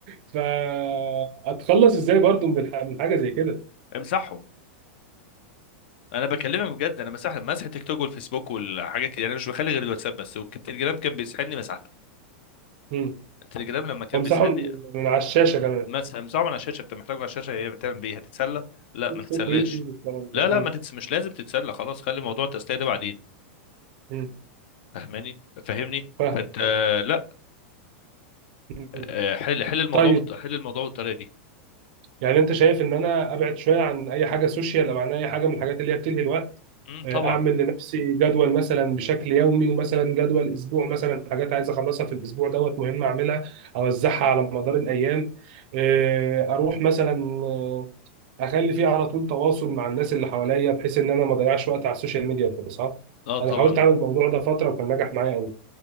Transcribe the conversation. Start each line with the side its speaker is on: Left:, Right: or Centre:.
Right: فاتخلص ازاي برضو من ح- من حاجه زي كده
Left: امسحهم انا بكلمك بجد انا مسح مسح التيك توك والفيسبوك والحاجات كده يعني انا مش بخلي غير الواتساب بس والتليجرام كان بيسحلني مسحته
Right: مم.
Left: التليجرام لما كان
Right: وامسحه
Left: بيسحلني
Right: من من على الشاشة كمان
Left: مسح مسحه من على الشاشه انت محتاجه على الشاشه هي بتعمل بيه هتتسلى لا
Right: تيك
Left: ما تتسلاش
Right: توك ويوتيوب والكلام
Left: لا
Right: ده. مم.
Left: لا ما تتس... مش لازم تتسلى خلاص خلي موضوع التسليه ده بعدين
Right: مم.
Left: فاهماني فاهمني
Right: فاهم
Left: فانت
Right: فاهم.
Left: آه، لا
Right: مم.
Left: آه، حل حل الموضوع
Right: طيب
Left: بط... حل الموضوع بالطريقه دي
Right: يعني انت شايف ان انا ابعد شويه عن اي حاجه سوشيال او عن اي حاجه من الحاجات اللي هي بتلهي الوقت
Left: امم
Right: آه،
Left: طبعا
Right: اعمل لنفسي جدول مثلا بشكل يومي ومثلا جدول اسبوع مثلا حاجات عايز اخلصها في الاسبوع دوت مهم اعملها اوزعها على مدار الايام آه، اروح مثلا آه، اخلي فيه على طول تواصل مع الناس اللي حواليا بحيث ان انا ما اضيعش وقت على السوشيال ميديا وكده صح؟
Left: اه طبعا
Right: انا حاولت اعمل الموضوع ده فتره وكان نجح معايا